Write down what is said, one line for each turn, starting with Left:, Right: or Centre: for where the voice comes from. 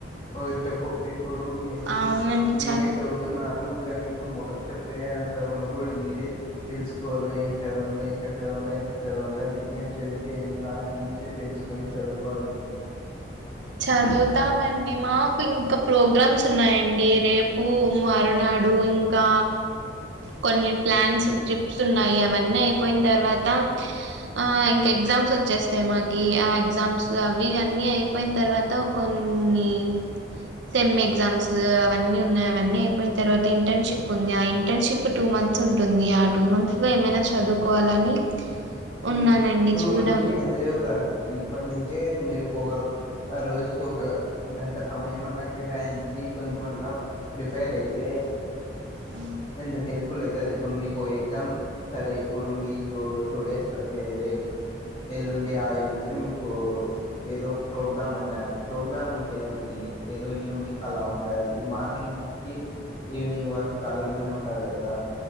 Left: ఒకరి. చెప్పు ఇప్పుడు మీరు
Right: అవునండి
Left: బీటెక్
Right: చదువు
Left: చదువుతున్నారు కానీ. తం ఒకర్ చెప్పే అంత ఉండ కూడదు మీరే తెలుసుకోవలో, ఏం చదవాలో, ఎక్కడ చదవాలో, ఎంత చదవాలోది. ఏం చదివితే ఎంత అని మీరు తెలుసుకుొని చదువుకోవాలండి.
Right: చదువుతామండి మాకు ఇంకా ప్రోగ్రామ్స్ ఉన్నాయండి. రేపు మరునాడు ఇంకా కొన్ని ప్లాన్స్, ట్రిప్స్ ఉన్నాయి, అవన్నీ అయిపోయిన తర్వాత్. తా ఆ ఇంక ఎక్సామ్ వ వచ్చేస్తాయి మాకి ఆ ఎగ్జామ్స్ అవి అన్నీ అయి అయిపోయిన తర్వాత కొన్ని సెమ్ ఎగ్జామ్స్ అవన్నీ ఉన్నాయి, అవన్నీ అయిపోయిన తర్వాత ఇంటర్న్షిప్ ఉంది, ఆ ఇంటర్న్షిప్ టూ మంత్స్ ఉంటుంది, ఆ టూ మంత్స్ లో ఏమైనా చదువుకోవాలని.
Left: హ్
Right: ఉన్నానండి
Left: టూ
Right: చూద్దాం.
Left: మంత్స్ లో ఎంత చదువుతారండి ఇప్పటి నుంచే మీరు. కో గాగ్ ఆ రోజుకు ఒక గంట సమయం అన్నా, కేటాయించి కొంచమన్నా ప్రిపేర్ అయితే
Right: హ్మ్.
Left: కొంచెం హెల్ప్ఫుల్ అయితది, ఇప్పుడు మీకు ఎగ్జామ్స్ సరే ఇప్పుడు మీకు టూ డేస్. అంటే రేప్ ఎల్లుండి ఆ ఎల్లుండి మీకు ఏదో ప్రోగ్రామ్ అన్నారు, ప్రోగ్రామ్ ఉంటే ఏమండి ఏదో ఈవినింగ్ అలా ఉంటది, మార్నింగ్ నుంచి ఈవినింగ్ వరకు ఖాళీగానే ఉంటారు కదా.